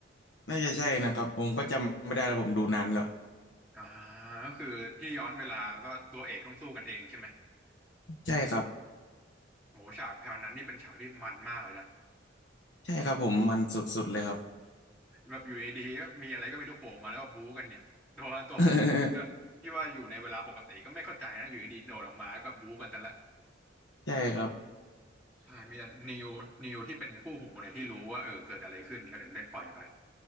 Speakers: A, on the left; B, in the centre.
A: น่าจะใช่นะครับผมก็จำไม่ได้แล้วผมดูนานแล้ว
B: อ่าก็คือที่ย้อนเวลาแล้วก็ตัวเอกต้องสู้กันเองใช่ไหม
A: ใช่ครับ
B: โหฉากฉากนั้นนี่เป็นฉากที่มันมากเลยนะ
A: ใช่ครับผมมันสุดๆเลยครับ
B: แบบอยู่ดีๆก็มีอะไรก็ไม่รู้โผล่มาแล้วก็บู๊กันเนี่ยตัวตัวพระเอกก็ที่ว่าอยู่ในเวลาปกติก็ไม่เข้าใจนะอยู่ดีๆโดดออกมาแล้วก็บู๊กันแต่ละ
A: <laughs> ใช่ครับ
B: ใช่มีแต่นิวนิวที่เป็นคู่หูเนี่ยที่รู้ว่าเออเกิดอะไรขึ้นก็ถึงได้ปล่อยไป